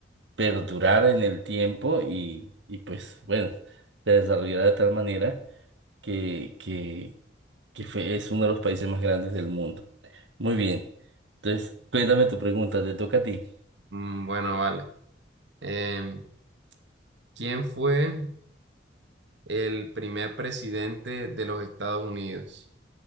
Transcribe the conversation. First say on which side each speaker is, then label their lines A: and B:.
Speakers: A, on the right; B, on the right.
A: perdurara en el tiempo y, y pues bueno, se desarrollara de tal manera que, que que fue- es uno de los países más grandes del mundo. Muy bien. Entonces, cuéntame tu pregunta, te toca a ti.
B: Mm, bueno, vale. Em, ¿quién fue el primer presidente de los Estados Unidos?